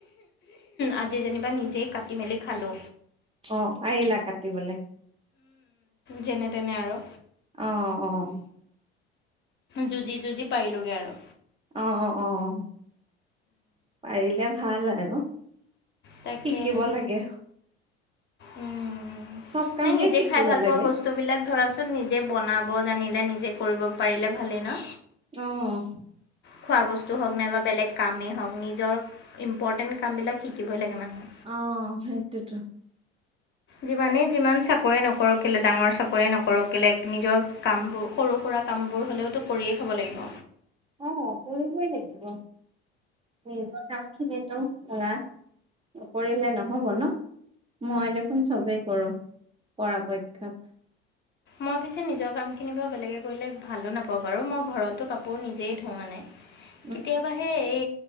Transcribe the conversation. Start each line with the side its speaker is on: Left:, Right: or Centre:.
Left: আজি যেনিবা নিজেই কাটি মেলি খালো।
Right: অঁ পাৰিলা কাটিবলে।
Left: যেনে তেনে আৰু।
Right: অঁ অঁ।
Left: যুঁজি যুঁজি পাৰিলোঁগে আৰু।
Right: অঁ অঁ অঁ অঁ পাৰিলে ভাল আৰু।
Left: তাকেহে,
Right: শিকিব লাগে
Left: উম'
Right: চব কামেই
Left: এই নিজে
Right: শিকিব
Left: খাই ভাল
Right: লাগে
Left: পোৱা বস্তুবিলাক- ধৰাচোন নিজে বনাব জানিলে নিজে কৰিব পাৰিলে ভালেই ন।
Right: অঁ
Left: খোৱা বস্তু হওক নাইবা বেলেগ কামেই হওঁক নিজৰ ইম্পৰ্টেণ্ট কামবিলাক শিক- শিকিবই লাগে মানুহে।
Right: অঁ সেইটোৱেটো।
Left: যিমানেই যিমান চাক- কৰে নকৰক কেলে ডাঙৰ চাকৰিয়ে নকৰক কেলে নিজৰ কামবোৰ সৰু সুৰা কামবোৰ হ'লেওতো- কৰিয়েই খাব লাগিব।
Right: অঁ কৰিবই লাগিব নিজৰ কাম খিনিতো পুৰা। নকৰিলে নহব ন, মই দেখোন চবেই কৰো পৰাপক্ষত।
Left: মই পিছে নিজৰ কামখিনি বাৰু বেলেগে কৰিলে ভালো নাপাওঁ বাৰু মই ঘৰতো কাপোৰ নিজেই ধোওঁ মানে।
Right: <inaudible>
Left: কেতিয়াবাহে এই